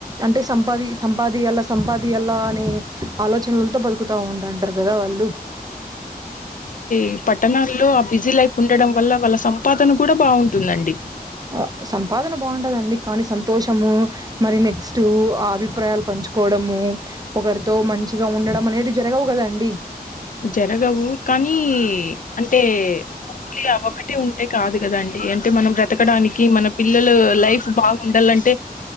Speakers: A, on the right; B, on the left.
A: అంటే సంపాది సంపాదియాల సంపాది ఇది అలా అని ఆలోచనలతో బతుకుతా ఉండ ఉంటారు కదా వాళ్ళు
B: ఈ పట్టణాల్లో ఆ బిజీ లైఫ్ ఉండడం వల్ల వాళ్ళ సంపాదన కూడా బాగుంటుందండి
A: ఆ సంపాదన బాగుంటదండి కానీ సంతోషము మరి నెక్స్ట్ ఆ అభిప్రాయాలు పంచుకోవడము ఒకరితో మంచిగా ఉండడం అనేది జరగవు కదండి
B: జరగవు కానీ అంటే <inaudible> ఒకటే ఉ అంతే కాదు కదాండి అంటే మనం బ్రతకడానికి మన పిల్లలు లైఫ్ బాగుండాలంటే